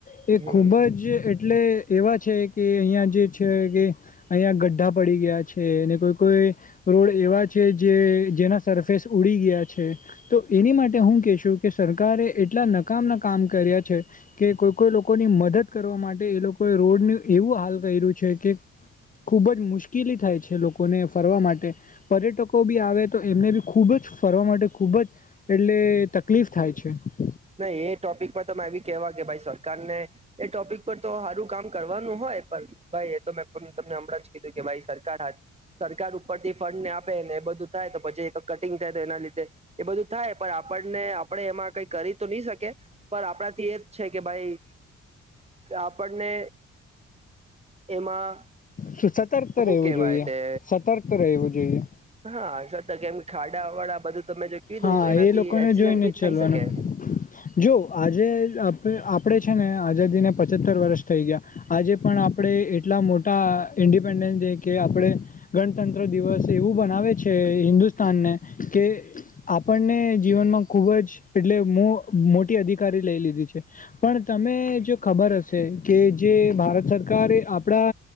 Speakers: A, on the left; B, on the right.
A: એ
B: હમ
A: ખૂબ જ એટલે એવા છે કે અયા જે છે કે અહીિયાયા ગ્ઢા પડી ગયા છે અને કોઈ કોઈ રોડ એવા છે જે જેના સરફેસ ઉડી ગયા છે તો એની માટે હું કેશું કે સરકારે એટલા નકામ કામ કર્યા છે કે કોઈ કોઈ લોકો લોકોની મદદ કરવા માટે એ લોકોએ રોડનું એવું હાલ કર્યું છે કે ખૂબ જ મુશ્કેલ કેલી થાય છે લોકોને ફરવા માટે પર્યટકો બી આવે તો એમને બી ખૂબ જ ફરવા માટે ખૂબ ખૂબ જ એટલે તકલીફ થાય છે
B: નહી એ ટોપિક પર તો એ કેવા કે ભાઈ સરકારને એ ટોપિક પર તો હારું કામ કરવાનું હોય હોએ પણ ભાઈ એ તો મેં તમને હમણાં જ કીધું કે ભાઈ સરકાર હા સરકાર ઉપર થી ફંડને આપે એ બધું થાય તો પછી તો કટિંગ થાય તો એના લીધે એ બધું થાય પણ આપણને આપડે એમાં કઈક સકે પણ આપણાથી એ જ છે કે ભાઈ આપણને એમાં
A: હ <inaudible> સતર્ક
B: શું
A: રહેવું
B: કેવાય
A: જોઈએ
B: તે
A: સતર્ક રહેવું જોઈએ
B: હા સતક કેમ ખાડાવાડા બધું તમે જે કીધું
A: હા
B: એનાથી
A: એ લોકોને
B: એક્સિડન્ટ
A: જોઈને
B: બી
A: ચલવાનું
B: થઈ શકે
A: જો આજે આપે આપણે છે ને આઝાદીને પછત્તર વર્ષ થઈ ગયા આજે પણ આપણે એટલા મોટા ઈન્ડિપેન્ડ ડે કે આપણે ગણતંત્ર દિવસ એવું બનાવે છે હિન્દુસ્તાન તાન ને કે આપણને જીવનમાં ખૂબ જ એટલે મો મોટી અધિકારી લઈ લીધી છે પણ તમે તમને જો ખબર હશે કે જે ભારત સરકાર એ આપણા